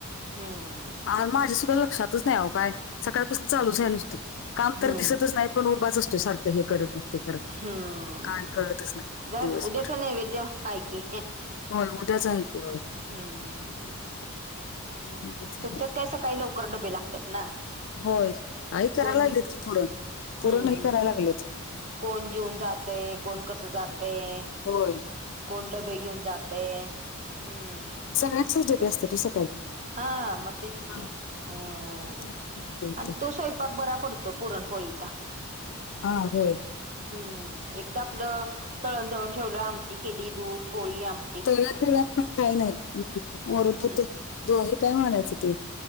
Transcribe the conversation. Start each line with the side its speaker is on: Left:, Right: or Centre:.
Right: हम्म
Left: आ
Right: हम्म
Left: माझ्या सुद्धा लक्षा ती नाही अहो काय, सकाळपासून चालूच आहे नुसतं. काम
Right: हम्म
Left: तर दिसतच नाही पण उभाच असतोय सारखं हे करत ते. करत
Right: हम्म,
Left: काय कळतच नाही
Right: <unintelligible>
Left: दिवसभर
Right: उद्याचा नैवेद्य हाय की.
Left: होय उद्याच हाय की होय.
Right: हम्म, तेच की. हं
Left: तेच आहे.
Right: तुमच्यात काय सकाळी लवकर डबे लागतात ना?
Left: होय आई कराय
Right: कोण
Left: लागल्यात की थोडं,
Right: हम्म
Left: पुरण ही कराय लागल्यात.
Right: कोण जेऊन जातंय, कोण कसं जातंय.
Left: होय.
Right: कोण डबे घेऊन जातंय, हं.
Left: सगळ्यांचच डबे असत्यात ओ सकाळी.
Right: हा मग तेच
Left: हा
Right: की, हम्मआणि
Left: त्यामुळं हे होतंय
Right: तो स्ववयंपाक बरा पड तो पुरणपोळीचा.
Left: आं होय.
Right: हम्म एकदा आपलं तळण तळून ठेवलं, आमटी केली. दूध, पोळी, आम
Left: तळण्यात बिळण्यात पण काही नाही, हम्म वरदूत
Right: हम्म
Left: दोहे काय म्हणायचं ते?